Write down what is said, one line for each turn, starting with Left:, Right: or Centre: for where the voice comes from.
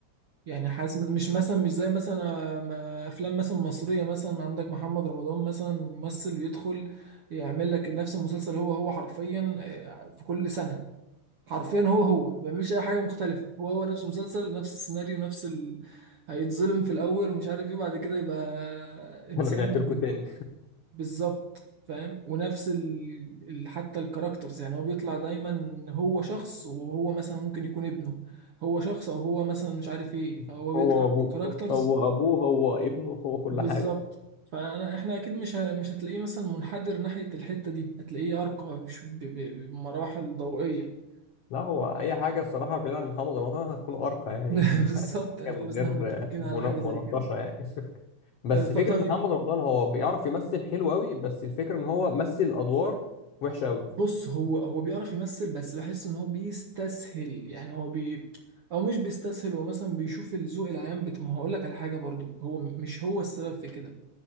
Right: يعني حاسس م- مش مثلا مش زي مثلا آه، ما- افلام مثلا مصريه مثلا عندك محمد رمضان مثلا ممثل بيدخل يعمل لك نفس المسلسل هو هو حرفيا آه، في كل سنه حرفيا هو هو ما بيعملش اي حاجه مختلفه هو هو نفس المسلسل نفس السيناريو نفس ال... هيتظلم في الاول ومش عارف ايه بعد كده يبقى
Left: <laughs>
Right: انسان
Left: أنا رجعت لكم تاني
Right: بالظبط فاهم ونفس ال... ال... حتى الكاركترز يعني هو بيطلع دايما هو شخص وهو مثلا ممكن يكون ابنه هو شخص او هو مثلا مش عارف ايه
Left: <laughs>
Right: فهو بيطلع
Left: هو أبوه
Right: كاركترز
Left: هو أبوه هو ابنه هو كل
Right: بالظبط
Left: حاجة
Right: فانا احنا اكيد مش ه... مش هتلاقيه مثلا منحدر ناحية الحتة دي هتلاقيه ارقى بش... ب... ب... بمراحل ضوئية
Left: لا هو اي حاجه الصراحه بعيد عن محمد رمضان هتكون ارقى يعني
Right: <laughs> بالظبط
Left: يعني
Right: يعني
Left: حاجه من
Right: كويس ان
Left: غير
Right: احنا متفقين
Left: آه، منا-
Right: على حاجة
Left: مناقشه
Right: زي كده
Left: يعني <laughs> بس
Right: أه، طيب
Left: فكره محمد رمضان هو بيعرف يمثل حلو قوي بس الفكره ان هو مثل ادوار وحشه قوي
Right: بص هو هو بيعرف يمثل بس بحس ان هو بيستسهل يعني هو بي او مش بيستسهل هو مثلا بيشوف الذوق العام بت... ما هقول لك على حاجه برضو هو م- مش هو السبب في كده